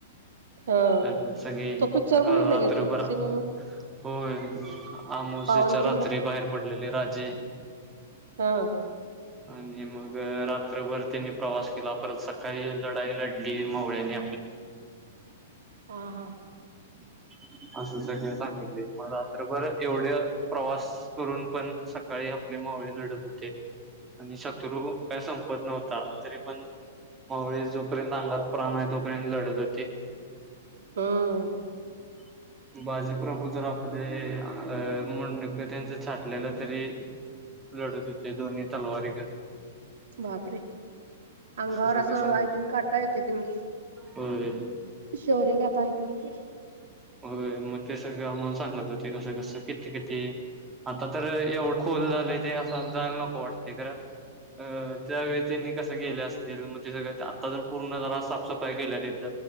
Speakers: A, on the right; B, on the right.
A: हा
B: अ सगळी
A: तो पिक्चर बघितला
B: रात्रभरा
A: काय तू सिनेमा
B: हो आमोसेेच्या
A: पावनखिंड
B: रात्री बाहेर पडलेले राजे-
A: हा,
B: आणि मग रात्रभर त्यांनी प्रवास केला परत सकाळी लढाई लढली मावळ्याने
A: <inaudible> हा-हा,
B: <unintelligible> असं सगळ सांगितले म रात्रभर एवढे प्रवास करून पण सकाळी आपल्या त होते आणि शत्रू काय संपत नव्हते- तरी पण मावळे जोपर्यंत चांगलात प्राण आहे, तोपर्यंत लढत होती
A: हम्म,
B: <inaudible> बाजी प्रभू जर आपले मुंडक त्यांच छाटलेलं तरी लढत होते दोन्ही तलवारी घेऊन.
A: बापरे अंगावर
B: सगळं
A: असं
B: सांगितलं.
A: ऐकून काटा येतोय
B: होय.
A: शोर्य गाथा ऐकली की
B: होय मग ते सगळं आम्हाला सांगत होते कसं-कसं किती-किती आता तर एवढं खोल झालय ते असं आत जायला नको वाटतय खरं अं त्यावेळी त्यांनी कस केल्या असतील म्हणजे सगळं आत्ता जर पूर्ण जरा साफसफाई केल्यात इथ.